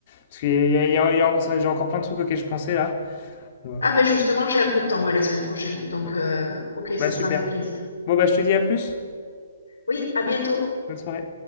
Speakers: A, on the left (about 45°); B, on the left (about 85°).
A: parce qu'il y a il y a il y a il y a j'ai encore plein de trucs auxquels je pensais là. Ouais.
B: Ah ben justement, j'ai un peu de temps, ouais, la semaine prochaine. Donc,
A: Mmh.
B: euh, ok, ça
A: Bah, super.
B: sera avec plaisir.
A: Bon, bah, je te dis à plus.
B: Oui, à bientôt.
A: Bonne soirée.